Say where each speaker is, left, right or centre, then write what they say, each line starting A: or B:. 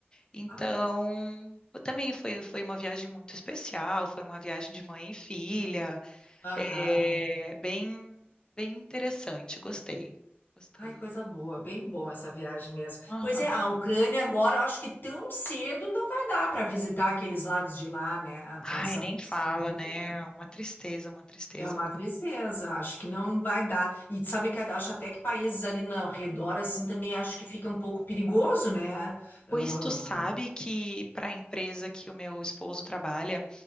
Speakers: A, on the left; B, on the left.
A: Então,
B: Ai, coisa.
A: também foi, foi uma viagem muito especial, foi uma viagem de mãe e filha,
B: Aham.
A: é, bem, bem interessante, gostei, gostei.
B: Ai, coisa boa, bem bom essa viagem mesmo.
A: Aham.
B: Pois é, a Ucrânia agora, eu acho que tão cedo não vai dar para visitar aqueles lados de lá, né,
A: Ai,
B: com essa
A: nem
B: função
A: fala,
B: toda.
A: né? Uma tristeza, uma tristeza.
B: É uma tristeza, acho que não vai dar. E sabe que eu acho até que países ali no redor, assim, também acho que fica um pouco perigoso, né?
A: Pois
B: Ah,
A: tu sabe que para a empresa que o meu esposo trabalha,